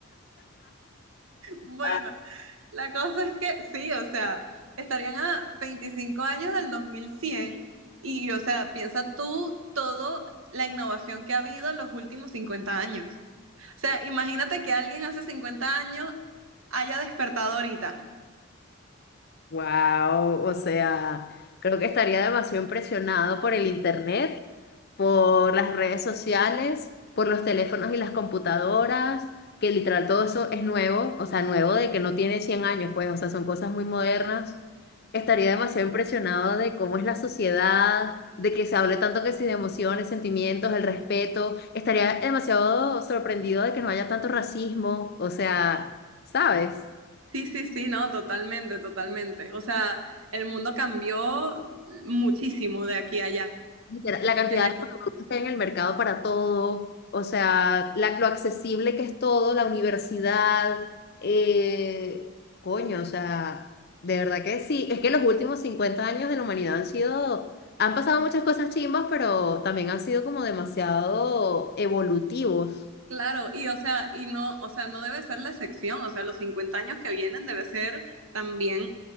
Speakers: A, on the left; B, on the right.
A: <laughs>
B: Bueno, la cosa es que sí, o sea, estarían a 25 años del 2100 y, o sea, piensa tú todo la innovación que ha habido en los últimos 50 años. O sea, imagínate que alguien hace 50 años haya despertado ahorita.
A: Wow, o sea, creo que estaría demasiado impresionado por el internet, por las redes sociales, por los teléfonos y las computadoras, que literal todo eso es nuevo, o sea, nuevo de que no tiene 100 años, pues, o sea, son cosas muy modernas. Estaría demasiado impresionado de cómo es la sociedad, de que se hable tanto que si de emociones, sentimientos, el respeto. Estaría demasiado sorprendido de que no haya tanto racismo, o sea, ¿sabes?
B: Sí, sí, sí, no, totalmente, totalmente. O sea, el mundo cambió muchísimo de aquí a allá.
A: Literal, La cantidad
B: de Jackie.
A: de productos que hay en el mercado para todo, o sea, la- lo accesible que es todo, la universidad, eh, coño, o sea, de verdad que sí. Es que los últimos 50 años de la humanidad han sido, han pasado muchas cosas chimbas, pero también han sido como demasiado evolutivos.
B: Claro, y o sea, y no, o sea, no debe ser la excepción, o sea, los 50 años que vienen debe ser también,